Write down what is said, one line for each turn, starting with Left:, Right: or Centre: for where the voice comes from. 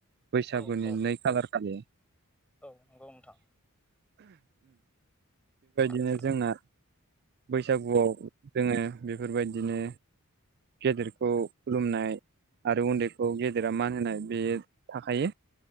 Right: बैसागुनि
Centre: औ औ
Right: नै खालार खालि
Centre: औ नंगौ नोंथां <inaudible>
Right: बिदिनो जोंना बैसागुआव जोङो बेफोरबायदिनो गेदेरखौ खुलुमनाय आरो उन्दैखौ गेदेरा मान होनाय बे थाखायो।